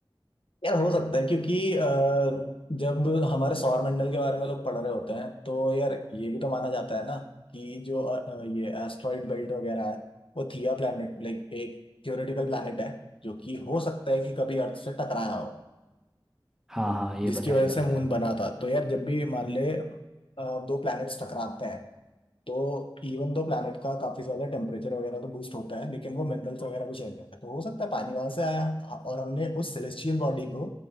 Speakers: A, on the left; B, in the centre.
A: यार हो सकता है क्योंकि अ, जब हमारे सौर मंडल के बारे में लोग पढ़ रहे होते हैं तो यार ये भी तो माना जाता है ना कि जो अ, अ, ये एस्ट्रॉइड बेल्ट वगैरह है वो थिया प्लैनेट लाइक एक थियोरेटिकल प्लैनेट है जो कि हो सकता है कि कभी अर्थ से टकराया हो
B: हाँ हाँ ये
A: जिसकी
B: बताया
A: वजह
B: जाता
A: से मून
B: है
A: बना था तो यार जब भी मान ले अ, दो प्लैनेट्स टकराते हैं तो इवन दो प्लैनेट का काफी ज्यादा टेम्परेचर वगैरह तो बूस्ट होता है लेकिन वो मिनरल्स वगैरह भी शेयर करता है तो हो सकता है पानी वहां से आया हाँ, और हमने उस सेलेस्टियल बॉडी को